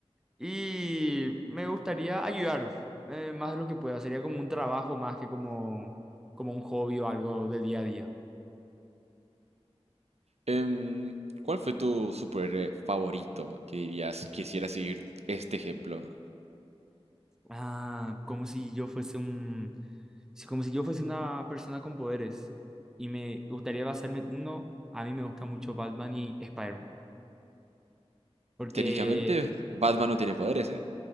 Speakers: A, in the centre; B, on the right.
A: y me gustaría ayudar eh, más de lo que pueda. Sería como un trabajo más que como, como un hobby o algo de día a día.
B: Em, ¿cuál fue tu superhéroe favorito que dirías quisiera seguir este ejemplo?
A: Ah, como si yo fuese un, si- como si yo fuese una persona con poderes y me gustaría basarme en uno, a mí me gusta mucho Batman y Spider-Man, porque,
B: Técnicamente, Batman no tiene poderes, ¿eh?